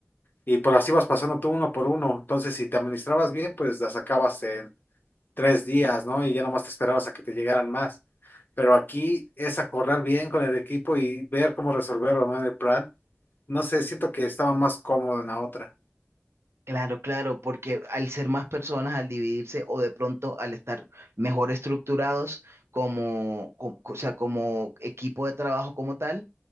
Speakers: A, on the left; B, on the right.
A: y por así vas pasando tú uno por uno. Entonces, si te administrabas bien, pues las sacabas en tres días, ¿no? Y ya nomás te esperabas a que te llegaran más. Pero aquí es acordar bien con el equipo y ver cómo resolverlo, ¿no? En el plan. No sé, siento que estaba más cómodo en la otra.
B: Claro, claro, porque al ser más personas, al dividirse o de pronto al estar mejor estructurados como, co- o sea, como equipo de trabajo como tal,